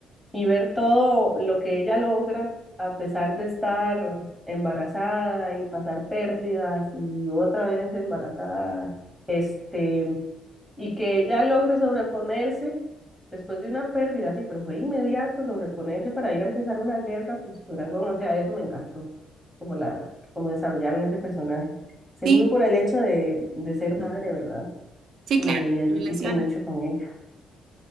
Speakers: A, in the centre; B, on the right.
A: Y ver todo lo que ella logra a pesar de estar embarazada y pasar pérdidas y otra vez embarazada, este, y que ella logre sobreponerse después de una pérdida, así pero fue inmediato sobreponerse para ir a empezar una guerra con su dragón, o sea, eso me encantó, como la, como desarrollaron ese personaje. Seguro
B: sí,
A: por el hecho de, de ser madre, ¿verdad?
B: sí,
A: Me
B: claro,
A: identifico
B: relaciona.
A: mucho con ella.